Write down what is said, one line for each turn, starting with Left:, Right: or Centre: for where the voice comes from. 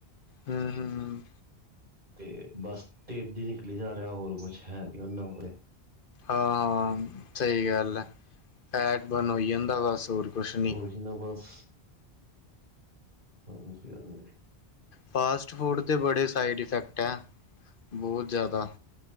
Left: ਹਮ ਹਮ ਹਮ
Right: ਤੇ ਬਸ ਢੇਡ ਹੀ ਨਿਕਲੀ ਜਾ ਰਿਹਾ ਹੋਰ ਕੁਛ ਹੈ ਨੀ ਉਹਨਾਂ ਕੋਲੇ।
Left: ਹਾਂ। ਸਹੀ ਗੱਲ ਆ ਫੈਟ ਬਰਨ ਹੋ ਜਾਂਦਾ ਹੋਰ ਕੁਛ ਨੀ।
Right: ਉਹੀ ਨਾ ਬਸ ਹਾਜੀ - ਹਾਂਜੀ।
Left: ਫਸਟ ਫੂਡ ਦੇ ਬੜੇ ਸਾਈਡ ਇਫੈਕਟ ਹੈ ਬਹੁਤ ਜ਼ਿਆਦਾ।